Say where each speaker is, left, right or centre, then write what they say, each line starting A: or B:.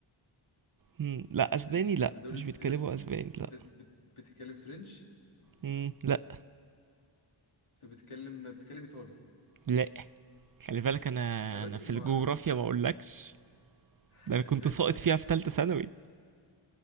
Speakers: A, on the right (about 45°); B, on the left (about 85°).
A: مم. لا اسباني
B: ماشي
A: لا
B: طب الدولة
A: مش
B: دي
A: بيتكلموا
B: الدول-
A: اسباني لا
B: بت- بتتكلم فرنش
A: مم. لا
B: طب بتتكلم بتتكلم إيطالي
A: لا خلي بالك انا
B: يا راجل
A: انا في
B: ما
A: الجغرافيا ما اقولكش
B: <laughs>
A: ده انا كنت ساقط فيها في ثالثه ثانوي